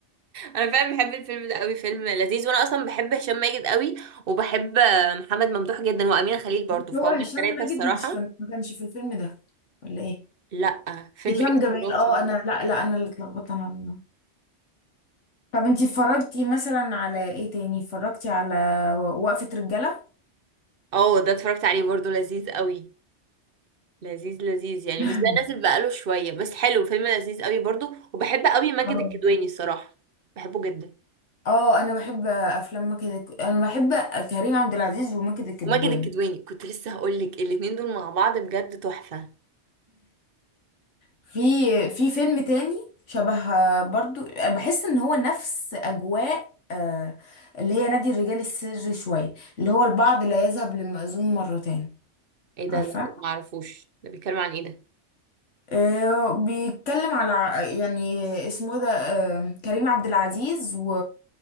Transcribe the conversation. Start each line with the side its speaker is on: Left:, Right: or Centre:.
Right: انا فعلا بحب الفيلم ده قوي فيلم لذيذ وانا اصلا بحب هشام ماجد قوي وبحب آه، محمد ممدوح جدا وامينه خليل برضو
Left: <laughs>
Right: فهم
Left: هو هشام
Right: الثلاثه
Left: ماجد
Right: الصراحه
Left: مش كان ما كانش في الفيلم ده ولا ايه
Right: لا فيلم
Left: هشام
Right: اكس
Left: جمال
Right: مراتي
Left: اه انا لا لا انا اللي اتلخبطت انا اللي. طب انتي اتفرجتي مثلا على ايه تاني اتفرجتي على و- وقفة رجالة
Right: اه ده اتفرجت عليه برضو لذيذ قوي لذيذ لذيذ يعني
Left: <laughs>
Right: بس ده نازل بقاله شوية بس حلو فيلم لذيذ قوي برضو وبحب قوي ماجد
Left: اه
Right: الكدواني الصراحة بحبه جدا
Left: اه انا بحب افلام ماجد الك- انا بحب كريم عبد العزيز وماجد الكدواني
Right: وماجد الكدواني كنت لسه هقول لك الاتنين دول مع بعض بجد تحفة
Left: في في فيلم تاني شبه برضو بحس ان هو نفس اجواء آه، اللي هي نادي الرجال السري شويه اللي هو البعض لا يذهب للمأذون مرتين
Right: ايه ده
Left: عارفه
Right: لا معرفوش ده بيتكلم عن ايه ده
Left: آه، بيتكلم على ع- يعني اسمه إيه ده آه، كريم عبد العزيز و